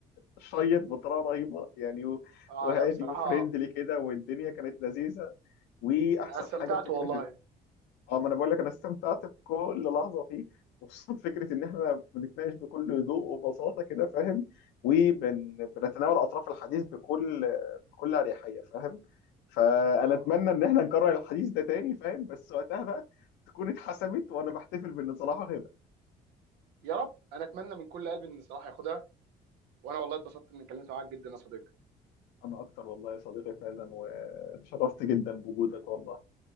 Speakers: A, on the left (about 85°); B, on the right (about 85°).
A: شيق بطريقه رهيبه يعني و-
B: اه
A: وهادي
B: انا بصراحه
A: وفريندلي كده والدنيا كانت لذيذه واحسن
B: أنا استمتعت
A: حاجه فكره
B: والله
A: اه ما انا بقول لك انا استمتعت بكل لحظه فيه وخصوصا فكره ان احنا بنتناقش بكل هدوء وبساطه كده فاهم وبنتناول اطراف الحديث بكل بكل اريحيه فاهم فانا
B: اه
A: اتمنى
B: اه
A: ان احنا نكرر الحديث ده تاني فاهم بس وقتها بقى تكون اتحسمت وانا بحتفل بان صلاح هيبقى
B: يا رب انا اتمنى من كل قلبي ان صلاح ياخدها وانا والله اتبسطت اني اتكلمت معاك جدا يا صديقي
A: أنا أكتر والله يا صديقي فعلا واتشرفت جدا بوجودك والله